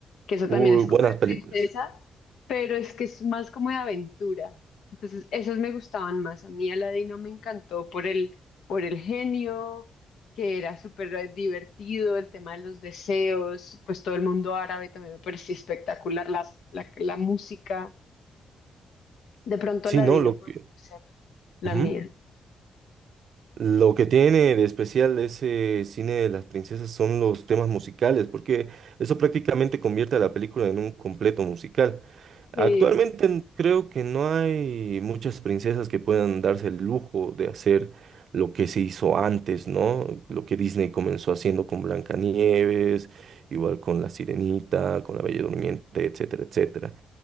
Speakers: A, on the left (about 75°); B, on the right (about 55°).
A: que eso
B: Uy,
A: también es
B: buenas
A: como de
B: películas.
A: princesa, pero es que es más como de aventura. Entonces, esas me gustaban más. A mí Aladdin no me encantó por el por el genio, que era súper divertido, el tema de los deseos, pues todo el mundo árabe también me parecía espectacular, las- la la música. De pronto
B: Sí,
A: la
B: ¿no?
A: Dino
B: Lo
A: podría
B: que...
A: ser la
B: Ujú.
A: mía.
B: Lo que tiene de especial ese cine de las princesas son los temas musicales, porque eso prácticamente convierte a la película en un completo musical.
A: Sí,
B: Actualmente n- creo que no hay muchas princesas que puedan darse el lujo de hacer lo que se hizo antes, ¿no? Lo que Disney comenzó haciendo con Blancanieves, igual con La Sirenita, con La Bella Durmiente, etcétera, etcétera.